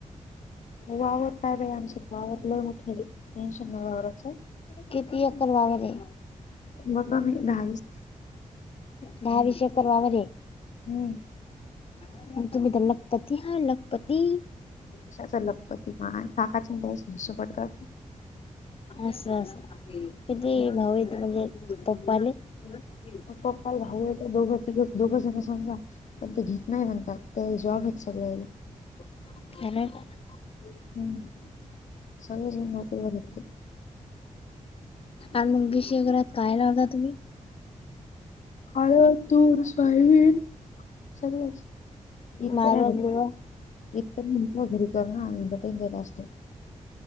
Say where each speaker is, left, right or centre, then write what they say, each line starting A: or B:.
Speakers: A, on the left (about 65°); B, on the left (about 45°).
A: वावर काय बाई आमचं वावर लय मोठं तीन <unintelligible> वावराचं
B: किती? एकर वावर आहे.
A: मका बी दहा वीस
B: दहा वीस एकर वावरे.
A: हम्म.
B: तुम्ही तर लखपती! हा लखपती!
A: कशाचं? लखपती माय काकाचे मुलांचे हिस्से पडतात ना.
B: असं असं किती? भाऊेत म्हणजे पप्पाले. <inaudible>
A: पप्पाला भाऊ दोघं तिघं दोघजण समजा. पण ते घेत नाही म्हणतात ते जॉब आहेत सगळ्या.
B: <unintelligible> <unintelligible>
A: हम्म सगळेच नोकरी वाले आहेत ते.
B: अन वीस एकरात काय? लावता तुम्ही.
A: हळद, तूर, सोयाबीन, सगळंच एकर
B: माळवा बिळवा
A: <unintelligible>